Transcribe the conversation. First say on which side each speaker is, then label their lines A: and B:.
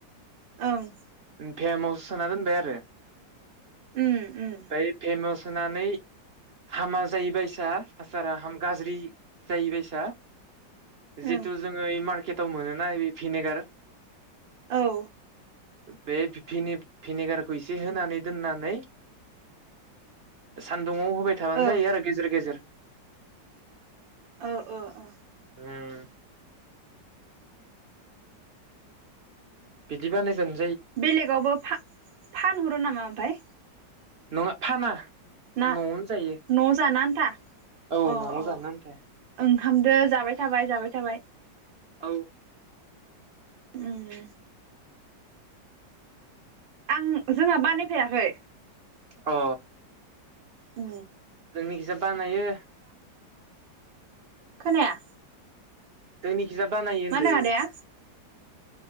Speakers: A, on the right (about 80°); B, on the right (about 50°).
A: ओं
B: फेमस। सोना दोनबाय आरो।
A: उम उम
B: फाय फेनस सोनानै हामा जायोबायसा आसारा हाम गाज्रि जाहैबायसा जिहेथु
A: ओं
B: जोङो मार्केट थाव मोनोना बे भिनेगार
A: औ
B: बे भिने-भिनेगारखौ एसे‌ होनानै दोननानै सान दआव होबाय थाबानो
A: ओमफ्राय
B: जायो आरो गेजेर गेजेर
A: औ औ औ
B: होम बिदि बानायजेन
A: बेलेगावबो फान-फानहरो नामा ओमफाय
B: नङा फाना।
A: ना
B: न'आवनो जायो
A: न' जानोआन था
B: औ
A: अ
B: न'आव
A: अ
B: जानो आन्था
A: ओंखामदो जाबाय थाबाय जाबाय थाबाय
B: औ
A: उम
B: उम
A: आं जोंहा बानायफेराखै
B: अ
A: अ
B: जोंनि गिजा बानायो
A: खोनाया
B: जोंनि खिजा बानाय होनदों
A: मा आदाया